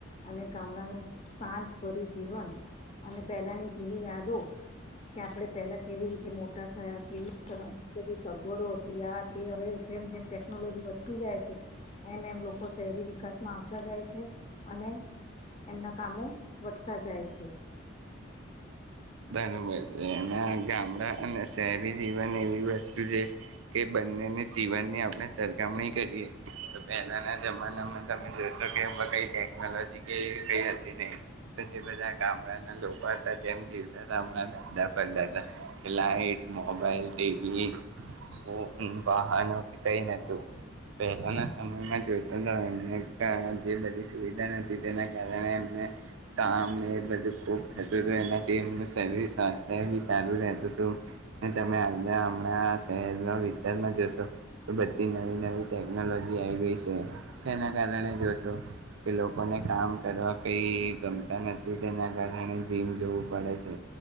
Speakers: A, on the left; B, on the right.
A: અને ગામડાનું સાજ કરીરી જીવન અને પહેલાની જૂની યાદો કે આપણે પહેલા કેવી રીતે મોટા થયા કેવી બધી સગવડો ત્યાં તે હવે જેમ જેમ ટેકનોલોજી વધી થી જાય છે એમ એમ લોકો શહેરી વિકાસમાં આવતા જાય છે અને એમના કામો વધતા જાય છે
B: બર છે એના ગામડા અને શહેરી જીવન એવી વસ્તુ છે કે બંનેને જ જીવનની આપણે સરખામણી કરીએ તો પહેલાંના જમાનામાં તમે જોશો કે એમાં કંઈ ટેકનોલોજી કે કંઈ હતી નહીં તો જે બધા ગામડાના લોકો હતા જેમ જીવ ત હમણાં દાદા પર દાદા લાાઈટ મોબાઈલ ટીવી ફોન વાહનો કે કંઈ નહોતું પહેલાના સમયમાં જોશો તો એમને જે બધી સુવિધા નથીતી તેના કારણે એમને કામને એ બધું ખૂબ થતું હતું એના તેમનું શરીર સ્વાસ્થ્ય બી સારું રહેતું હતું ને તમે આજના હમણાં શહેરના વિસ્તારમાં જશો તો બધી નવી નવી ટેકનોલોજી આવી ગઈ છે તેના કારણે જોશો કે લોકોને કામ કરવા કંઈ ગમતા નથી તેના કારણે જીમ જોવું પડે છે